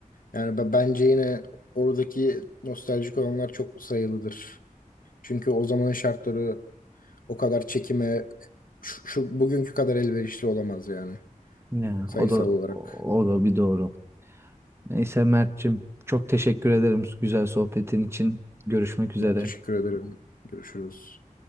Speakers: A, on the left; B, on the right.
A: yani be- bence yine oradaki nostaljik olanlar çok sayılıdır. Çünkü o zamanın şartları o kadar çekime şu, şu bugünkü kadar elverişli olamaz yani
B: Ya,
A: sayısal
B: o da
A: olarak.
B: o da bir doğru. Neyse Mert'cim çok teşekkür ederim güzel sohbetin için. Görüşmek üzere.
A: Ben teşekkür ederim. Görüşürüz.